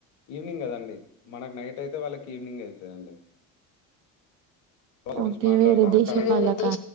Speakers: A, on the left; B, on the right.
A: ఈవినింగ్ కదండి మనకు నైట్ అయితే వాళ్ళకి ఈవినింగ్ అయితదండి వాళ్ళు
B: ఓకే
A: కలిసి మాట్లాడుతుంటే
B: వేరే దేశం
A: కరెంట్
B: వాళ్ళకా